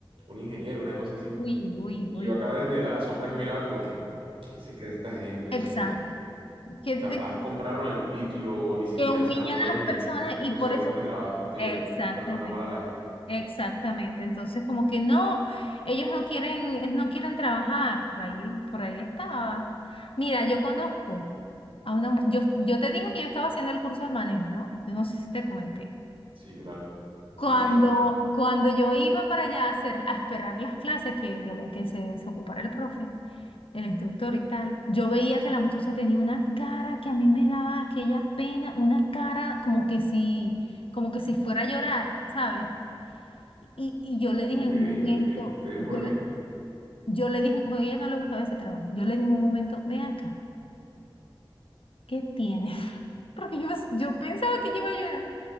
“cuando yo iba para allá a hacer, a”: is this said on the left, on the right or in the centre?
Left